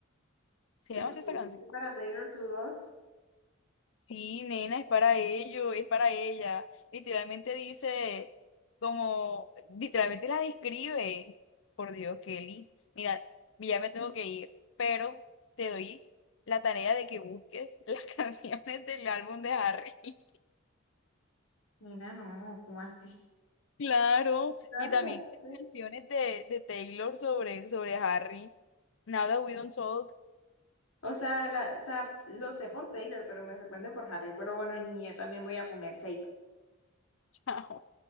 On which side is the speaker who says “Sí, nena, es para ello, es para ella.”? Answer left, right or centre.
Left